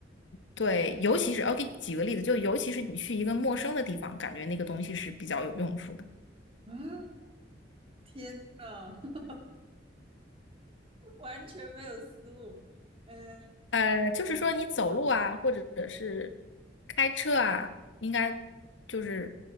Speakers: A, on the left (about 85°); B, on the right (about 30°).
A: 对，尤其是我给举个例子，就尤其是你去一个陌生的地方，感觉那个东西是比较有用处的。
B: 啊，天呐，<laughs> 完全没有思路。嗯、
A: 呃，就是说你走路啊，或者是开车啊，应该就是